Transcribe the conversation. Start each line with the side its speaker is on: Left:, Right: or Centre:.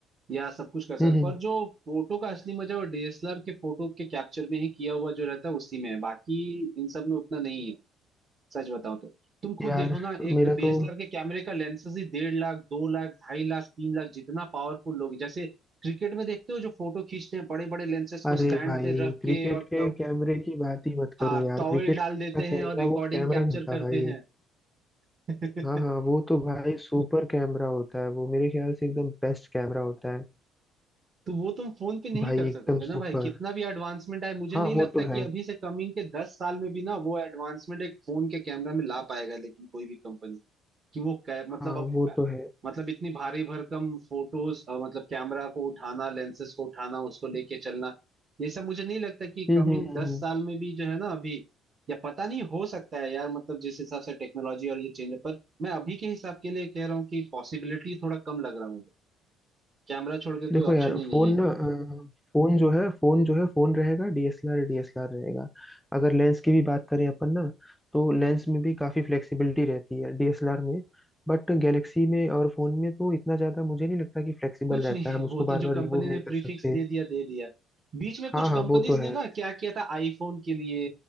Right: या सब कुछ कर सकते
Centre: हम्म
Right: हैं
Centre: हम्म
Right: पर जो फोटो का असली मजा वो डीएसएलआर के फोटो के कैप्चर में ही किया हुआ जो रहता है उसी में है बाकी इन सब में उतना नहीं है सच बताऊं तो तुम
Centre: यार
Right: खुद देखो ना एक
Centre: मेरा
Right: डीएसएलआर
Centre: तो
Right: के कैमरे का लेंसेज ही डेढ़ लाख दो लाख ढाई लाख तीन लाख जितना पावरफुल लोग जैसे क्रिकेट में देखते हो जो फोटो खींचते हैं बड़े बड़े लेंसेज को
Centre: अरे
Right: स्टैंड
Centre: भाई
Right: पे रख
Centre: क्रिकेट
Right: के और
Centre: के
Right: क्या
Centre: कैमरे की बात ही मत
Right: हाँ
Centre: करो यार
Right: टॉवेल
Centre: क्रिकेट
Right: डाल
Centre: का
Right: देते हैं
Centre: कैमरा
Right: और रिकॉर्डिंग
Centre: वो कैमरा
Right: कैप्चर
Centre: नहीं होता
Right: करते
Centre: भाई
Right: हैं तो
Centre: हाँ हाँ वो तो भाई सुपर कैमरा होता है वो मेरे ख्याल से एकदम बेस्ट कैमरा होता है
Right: वो तुम फोन पे नहीं
Centre: भाई
Right: कर
Centre: एकदम
Right: सकोगे ना
Centre: सुपर
Right: भाई कितना भी एडवांसमेंट आए मुझे
Centre: हाँ
Right: नहीं लगता
Centre: वो तो
Right: कि
Centre: है
Right: अभी से कमिंग के दस साल में भी ना वो एडवांसमेंट एक फोन के कैमरा में ला पाएगा लेकिन कोई भी कंपनी कि वो कै- मतलब
Centre: हाँ
Right: अब
Centre: वो तो है
Right: मतलब इतनी भारी भरकम फोटोज मतलब कैमरा को उठाना लेंसेस को उठाना उसको लेके चलना ये सब मुझे नहीं लगता कि
Centre: हम्म
Right: कमिंग
Centre: हम्म हम्म
Right: दस
Centre: हम्म।
Right: साल में भी जो है ना अभी या पता नहीं हो सकता है यार मतलब जिस हिसाब से टेक्नोलॉजी और ये चेंज है। पर मैं अभी के हिसाब के लिए कह रहा हूँ कि पॉसिबिलिटी थोड़ा कम लग रहा है मुझे कैमरा छोड़ के
Centre: देखो
Right: कोई ऑप्शन
Centre: यार
Right: ही नहीं
Centre: फोन
Right: है
Centre: ना अ, फोन जो है फोन जो है फोन रहेगा डीएसएलआर डीएसएलआर रहेगा अगर लेंस की भी बात करें अपन ना तो लेंस में भी काफी फ्लेक्सिबिलिटी रहती है डीएसएलआर में बट गैलेक्सी में और फोन में तो इतना ज्यादा मुझे नहीं लगता कि फ्लेक्सिबल
Right: कुछ
Centre: रहता
Right: नहीं
Centre: है
Right: है
Centre: हम उसको
Right: वो
Centre: बार
Right: तो जो
Centre: बार
Right: कंपनी
Centre: रिमूव
Right: ने
Centre: नहीं कर
Right: प्रीफिक्स
Centre: सकते
Right: दे दिया दे दिया बीच में कुछ
Centre: हाँ हाँ
Right: कंपनीज
Centre: वो तो है
Right: ने ना क्या किया था आईफोन के लिए